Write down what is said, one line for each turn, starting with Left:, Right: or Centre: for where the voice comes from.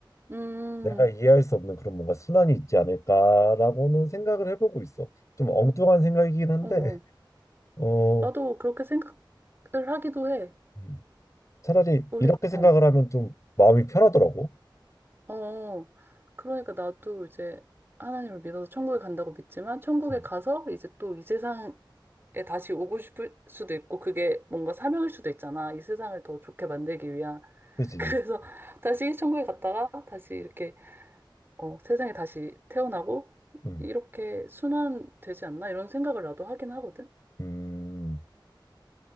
Right: 음,
Left: 내가 이해할 수 없는 그런 뭔가 순환이 있지 않을까라고는 생각을 해보고 있어. 좀 엉뚱한 생각이긴 한데
Right: 어, 어.
Left: 어
Right: 나도 그렇게 생각을 하기도 해.
Left: 음. 차라리
Right: 우리,
Left: 이렇게 생각을
Right: 어,
Left: 하면 좀 마음이 편하더라고.
Right: 어. 그러니까 나도 이제 하나님을 믿어서 천국에 간다고 믿지만, 천국에
Left: 음.
Right: 가서 이제 또 이 세상 에 다시 오고 싶을 수도 있고 그게 뭔가 사명일 수도 있잖아. 이 세상을 더 좋게 만들기 위한
Left: 그지?
Right: 그래서 다시 천국에 갔다가 다시 이렇게 어, 세상에 다시 태어나고
Left: 음.
Right: 이렇게 순환되지 않나 이런 생각을 나도 하긴 하거든.
Left: 음.